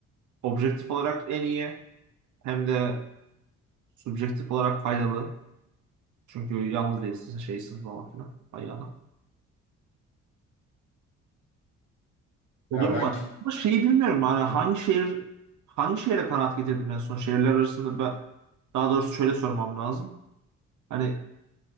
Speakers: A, on the right; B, on the left.
A: objektif olarak en iyi Hem de subjektif olarak faydalı. Çünkü yalnız değilsin, şeysin falan filan ayağına. O
B: Ya
A: durum
B: ben
A: var.
B: ki-
A: Ama şeyi bilmiyorum hani
B: Hı.
A: hangi şehir hangi şehre kanaat getirdim en son şehirler arasında ben daha doğrusu şöyle sormam lazım. Hani